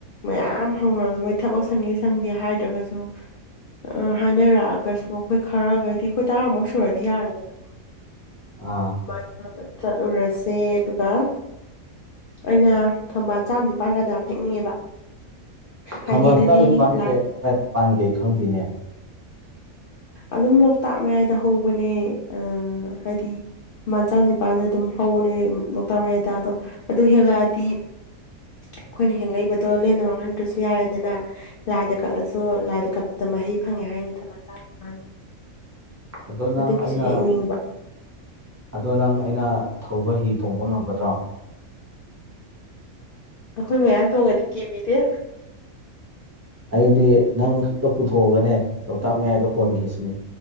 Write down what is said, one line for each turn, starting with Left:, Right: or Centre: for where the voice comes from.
Left: ꯃꯌꯥꯝ ꯍꯧꯅꯔꯕꯗ ꯃꯣꯏ ꯊꯕꯛ ꯁꯪꯉꯤ ꯁꯪꯗꯦ ꯍꯥꯏꯗ꯭ꯔꯒꯁꯨ ꯑ ꯍꯥꯏꯅꯔꯛꯑꯒꯁꯨ ꯑꯩꯈꯣꯏ ꯈꯔꯈꯩꯗꯤ ꯑꯩꯈꯣꯏ ꯇꯔꯥꯃꯨꯛ ꯁꯨꯔꯗꯤ ꯌꯥꯔꯦꯗꯅꯀꯣ
Right: ꯑꯥ
Left: ꯑꯗꯨꯃꯥꯏꯅ ꯇꯧꯔꯒ ꯆꯠꯂꯨꯔꯁꯦ ꯑꯗꯨꯒ ꯑꯩꯅ ꯊꯝꯕꯥꯜ ꯆꯥꯝ ꯅꯤꯄꯥꯟꯒꯗ ꯌꯥꯝ ꯍꯦꯛꯅꯤꯡꯉꯦꯕ ꯍꯥꯏꯗꯤ
Right: ꯊꯝꯕꯥꯜ
Left: ꯑꯗꯨꯗꯤ
Right: ꯆꯥ ꯅꯤꯄꯥꯟꯁꯦ
Left: ꯂꯥꯏ
Right: ꯀꯗꯥꯏ ꯄꯥꯟꯒꯦ ꯈꯪꯗꯦꯅꯦ
Left: ꯑꯗꯨꯝ ꯂꯣꯛꯇꯥꯛ ꯃꯌꯥꯏꯗ ꯍꯧꯕꯅꯦ ꯑ ꯍꯥꯏꯗꯤ ꯃꯥꯟ ꯆꯥꯝ ꯅꯤꯄꯥꯜ ꯑꯗꯨꯝ ꯍꯧꯕꯅꯦ ꯂꯣꯛꯇꯥꯛ ꯃꯌꯥꯏ ꯇꯥꯗꯣ ꯑꯗꯨ ꯍꯦꯜꯂꯛꯑꯗꯤ ꯑꯩꯈꯣꯏꯅ ꯍꯦꯡꯂꯛꯏꯕꯗꯣ ꯂꯦꯝꯅ ꯃꯥꯡꯍꯟꯗ꯭ꯔꯁꯨ ꯌꯥꯔꯦ ꯑꯗꯨꯅ ꯂꯥꯏꯗ ꯀꯠꯂꯁꯨ ꯂꯥꯏꯗ ꯀꯠꯄꯗ ꯃꯍꯩ ꯐꯪꯉꯦ ꯍꯥꯏꯅꯤ ꯊꯝꯕꯥꯟ ꯆꯥꯝꯅꯤꯄꯥꯁꯦ
Right: ꯑꯗꯣ ꯅꯪ
Left: ꯑꯗꯨꯒꯤꯁꯨ
Right: ꯑꯩꯅ
Left: ꯍꯦꯛꯅꯤꯡꯕ
Right: ꯑꯗꯣ ꯅꯪ ꯑꯩꯅ ꯊꯧꯕ ꯍꯤ ꯇꯣꯡꯕ ꯉꯝꯒꯗ꯭ꯔꯣ
Left: ꯑꯩꯈꯣꯏ ꯃꯌꯥꯝ ꯇꯣꯡꯉꯗꯤ ꯀꯤꯕꯤꯗꯦ
Right: ꯑꯩꯗꯤ ꯅꯪꯈꯛꯇ ꯄꯨꯊꯣꯛꯑꯒꯅꯦ ꯂꯣꯛꯇꯥꯛ ꯃꯌꯥꯏꯗ ꯍꯣꯟꯒꯦꯁꯤꯅꯦ